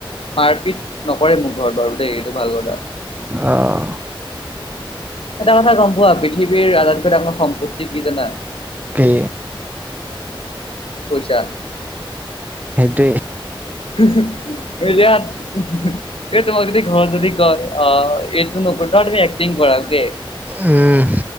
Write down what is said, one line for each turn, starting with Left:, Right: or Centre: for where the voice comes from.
Left: মাৰপিট নকৰে মোক ঘৰত বাৰু দেই এইটো ভাল কথা
Right: অহ
Left: এটা কথা গম পোৱা পৃথিৱীৰ আটাইতকৈ আপোনাৰ সম্পত্তি কি জানা
Right: তে
Left: পইছা
Right: সেইটোৱে
Left: <unintelligible> এৰি দিয়া এই তোমাক যদি ঘৰত যদি কয় অ এই টো নপটা তুমি এক্টিং কৰা <unintelligible>
Right: ওম